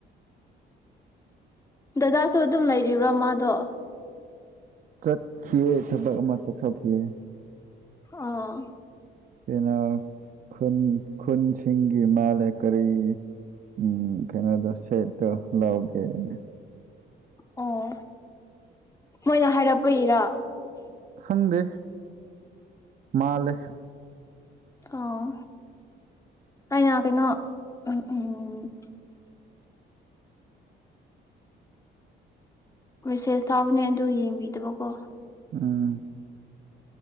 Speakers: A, on the left; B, on the right.
A: ꯗꯗꯥꯁꯨ ꯑꯗꯨꯝ ꯂꯩꯔꯤꯕ꯭ꯔꯣ ꯃꯥꯗꯣ
B: ꯆꯠꯈꯤꯌꯦ ꯊꯕꯛ ꯑꯃ ꯆꯠꯊꯈꯤꯑꯦ
A: ꯑꯥ
B: <unintelligible> ꯈꯨꯟ ꯈꯨꯟꯁꯤꯡꯒꯤ ꯃꯥꯜꯂꯦ ꯀꯔꯤ ꯎꯝ ꯀꯩꯅꯣꯗꯣ ꯁꯦꯠꯇꯣ ꯂꯧꯒꯦꯅꯦ
A: ꯑꯣ ꯃꯣꯏꯅ ꯍꯥꯏꯔꯛꯄ ꯏꯔꯥ
B: ꯈꯪꯗꯦ ꯃꯥꯜꯂꯦ
A: ꯑꯣ ꯑꯩꯅ ꯀꯩꯅꯣ ꯎꯝ ꯃꯦꯁꯦꯁ ꯊꯥꯕꯅꯦ ꯑꯗꯨ ꯌꯦꯡꯕꯤꯗꯕꯀꯣ
B: ꯎꯝ